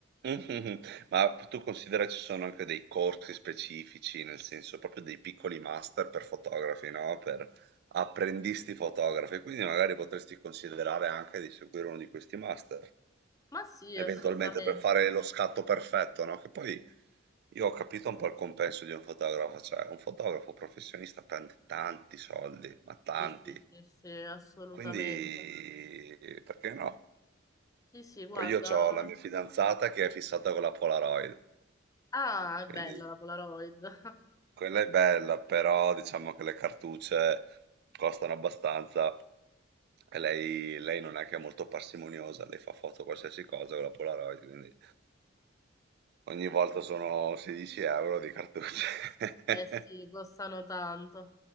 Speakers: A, on the right (about 55°); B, on the left (about 15°).
A: Mh-mh-mh. Ma p tu considera ci sono anche dei corsi specifici, nel senso proprio dei piccoli master per fotografi, no, per apprendisti fotografi, quindi magari potresti considerare anche di seguire uno di questi master
B: Ma sì,
A: eventualmente
B: assolutamente.
A: per fare lo scatto perfetto, no? Che poi io ho capito un po' il compenso di un fotografo, cioè un fotografo professionista prende tanti soldi, ma tanti,
B: Sì, sì, sì, sì, assolutamente.
A: quindi perché no?
B: Sì, sì, guarda.
A: Poi io ho la mia fidanzata che è fissata con la Polaroid,
B: Ah, è
A: quindi
B: bella la Polaroid. <laughs>
A: quella è bella, però diciamo che le cartucce costano abbastanza e lei, lei non è che è molto parsimoniosa, lei fa foto a qualsiasi cosa con la Polaroid, quindi ogni volta sono 16 euro di cartucce. <laughs>
B: Eh sì, costano tanto.